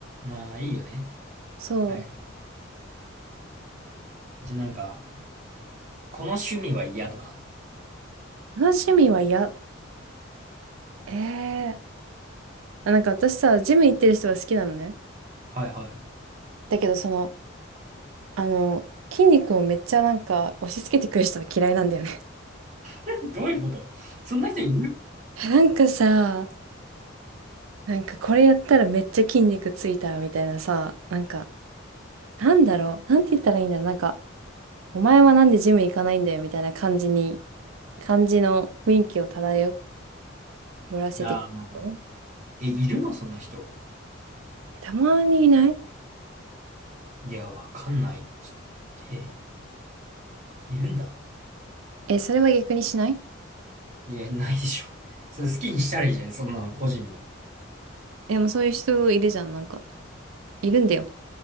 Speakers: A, on the right (about 35°); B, on the right (about 85°).
A: ああ、いいよね。
B: そ
A: はいはい。じゃあなんか、この趣味は嫌とか。
B: う。同じ趣味はや、ええあなんか私さ、ジム行ってる人は好きなのね。
A: はいはい。
B: だけど、その、あの、筋肉をめっちゃなんか押し付けてくる人は嫌いなんだよね。
A: <laughs> どういうことそんな人いる
B: <laughs> なんかさ、なんかこれやったらめっちゃ筋肉ついたみたいなさ、なんか、なんだろう、なんて言ったらいいんだろう、なんか、お前はなんでジム行かないんだよみたいな感じに、感じの雰囲気を漂らせてくる人。
A: ああー、え、いるのそんな人。
B: えたまにいない
A: いや、わかんない。ちょっと、え、いるんだ。
B: え、それは逆にしない
A: いや、ないでしょ。<laughs> それ好きにしたらいいじゃん、そんなの、個人の。
B: でもそういう人いるじゃん、なんか。いるんだよ。